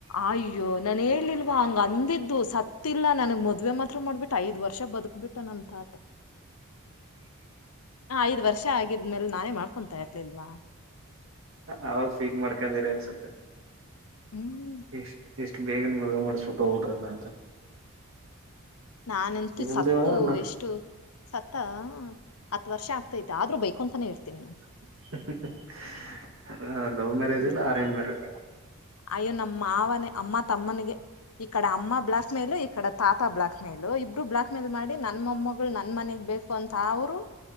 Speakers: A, on the left; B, on the right.
A: ಅಯ್ಯೋ ನಾನ ಹೇಳೇಲಿಲ್ವಾ ಹಂಗ ಅಂದಿದ್ದು ಸತ್ತಿಲ್ಲ ನನ್ಗ್ ಮದ್ವೆ ಮತ್ತ <unintelligible> ಮಾಡಬಿಟ್ಟ ಐದ್ ವರ್ಷ ಬದುಕ್ ಬಿಟ್ಟ ನಮ ತಾತ ಐದ್ ವರ್ಷ ಆಗಿದ್ಮೇಲೆ ನಾನೇ ಮಾಡ್ಕೊಂತ ಇಲ್ವಾ
B: ಅವಾಗ್ ಫೀಲ್ ಮಾಡ್ಕೊರ್ <unintelligible>
A: ಹ್ಮ್
B: ಇಷ್ಟ್ ಇಷ್ಟು ಬೇಗನ್ ಮದುವೆ ಮಾಡಸುಟ್ಟ ಹೋಗ್ ಬಿಡ್ರತ್ತ ಅಂತ.
A: ನಾನಂತೂ
B: ನಿಮ್ದು
A: ಸತ್ತು
B: ಅಲ್ಲ
A: ಎಷ್ಟು ಸತ್ತ ಹತ್ ವರ್ಷ ಆಗ್ತೈತೆ ಆದ್ರೂ ಬೈಕೊಂತಾನೆ ಇರ್ತೀನಿ ನಾನು
B: ಹ <unintelligible> ಲವ್ ಮ್ಯಾರೇಜ್
A: ಹ್ಮ್
B: ಇಲ್ಲ ಅರೆಂಜ್ ಮ್ಯಾರೇಜ್
A: ಅಯ್ಯೋ ನಮ್ ಮಾವನೆ ಅಮ್ಮ ತಮ್ಮನಿಗೆ ಈ ಕಡೆ ಅಮ್ಮ ಬ್ಲಾಕ್ ಮೇಲು ಈ ಕಡೆ ತಾತ ಬ್ಲಾಕ್ ಮೇಲು ಮೇಲು ಇಬ್ರು ಬ್ಲಾಕ್ ಮೇಲು ಮಾಡಿ ನನ್ ಮೊಮ್ಮಗಳ್ ನನ್ ಮನೆಗ್ ಬೇಕು ಅಂತ ಅವ್ರು